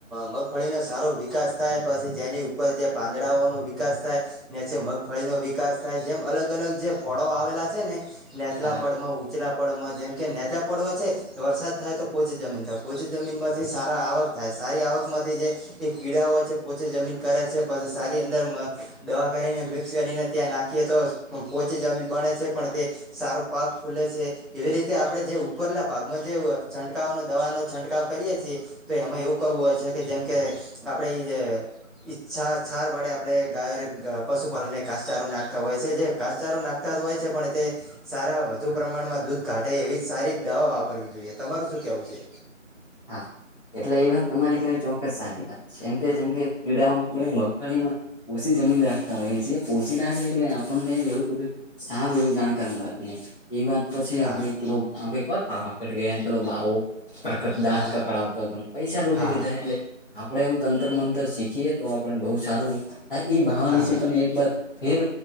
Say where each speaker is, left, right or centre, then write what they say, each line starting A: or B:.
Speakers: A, in the centre; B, on the left (about 40°).
A: મગફળીનોો સારો વિકાસ થાય પછી જેની. ઉપર જે પાંદડાઓ ન વિકાસ થાય ને મગફળીનોો. વિકાસ થાય જેમ અલગ અલગ જે પળો આવેલા છે ને નેચલા
B: હા
A: પળમાં ઉચલા. પર્વ જેમ કે નેચલાા પર્વ છે. વરસાદ થાય તો પોચી જમીન થાય પોચી જમીનમાંથી સારા આવક થાય સારી આવકમાંથી જે. એ કીડા હોય છે પોતે જમીન કરે છે પછી સારી અંદર દવા કરીને મિક્સ કરીને. ત્યાં નાખીએ તો. પણ પોચી જમીન બને છે પણ તે સારો પાક ફૂલે છે. એવી રીતે આપડણે જે ઉપરલા ભાગમાં જે છંટકાવનો દવાનોો છંટકાવ કરીએ છીએ. તો એમાં એવું કરવું હોય છે કે જેમ કે આપડે એ જે. ઈચ્છા સાર વડે આપડણે ગાયો પશુપાલન ને કાસ. ચારું નાખતા હોય છે જે કાચારો નાખતા જ હોય છે પણ તે. સારા વધુ પ્રમાણમાં દૂધ કાઢે એવી સારી દવા વાપરવી જોઈએ તમારું શું કેવું છે.
B: હા એટલે એ વાત તમારે કેહેવાય ચોક્કસ સારી વાત છે. જેમ કે જેમ કે કીડાઓ આપ મગફળીમાં ઓછી જમીન રાખ. હોય પોસીી રહ્યા છે એટલે આપણને એવું બધું સારું એવું જાણકાર મળે અને. એ વાત પછી
A: હા
B: આપડે પેલો આપે વાર પાવાકઢ ગયાને પેલો બાવો.
A: હા
B: દાંત
A: હા
B: કકડ આવતો હતો પૈસા લૂટી
A: હા
B: લીધા
A: હા હા
B: એટલે આપડે એવું તંત્ર મ. શીખીએ તો આપણે બહ સારુંા એ બાહ
A: હા
B: વિશે
A: હા
B: તમે એકર. ફેર